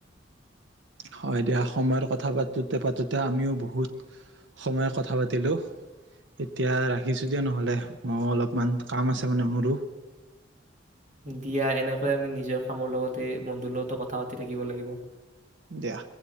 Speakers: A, on the right; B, on the right.
A: হয় দিয়া সময়ৰ কথা পাতোতে পাতোতে আমিও বহুত সময়ত কথা পাতিলোঁ এতিয়া ৰাখিছোঁ দিয়া নহ'লে মইও অলপমান কাম আছে মানে মোৰো।
B: দিয়া এনেকৈ আমি নি। নিজৰ কামৰ লগতে বন্ধুৰ লগতো কথা পাতো? থাকিব লাগিব?
A: দিয়া।